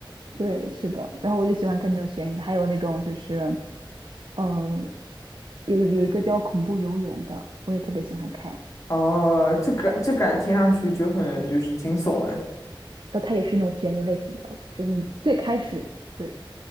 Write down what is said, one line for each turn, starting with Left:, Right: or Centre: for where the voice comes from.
Right: 对，是的。然后我就喜欢看那种悬疑的，还有那种就是，呃，有有一个叫《恐怖游轮》的，我也特别喜欢看。
Left: 啊。这感这感听上去就很就是惊悚哎。
Right: 然后它也是那种悬疑类型的，就是你最开始对